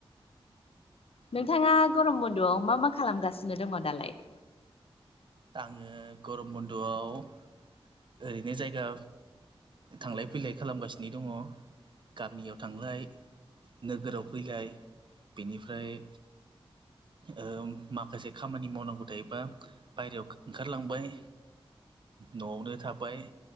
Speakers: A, on the left (about 75°); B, on the right (about 55°).
A: नोंथाङा गरम बन्द'आव मा मा खालामगासिनो दङ दालाय
B: आङो गरम बन्द'आव ओरैनो जायगा थांलाय फैलाय खालामगासिनो दङ गामियाव थांलाय नोगोराव फैलाय बिनिफ्राय ओम माखासे खामानि मावनांगौ थायोबा बायरायाव ओंखारलांबाय न'आवनो थाबाय